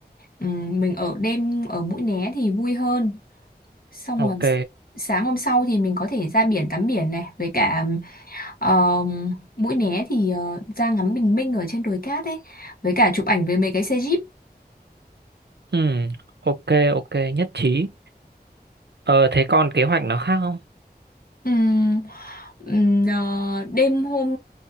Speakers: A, on the left (about 60°); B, on the right (about 90°).
A: ừm, mình ở đêm ở Mũi Né thì vui hơn xong
B: Ok.
A: rồi s- sáng hôm sau thì mình có thể ra biển tắm biển này với cả ờm, Mũi Né thì ờ, ra ngắm bình minh ở trên đồi cát ấy với cả chụp ảnh với mấy cái xe jeep
B: Ừm, ok ok nhất trí. Ờ thế còn kế hoạch nó khác không?
A: Ừm, ừm, ờ, đêm hôm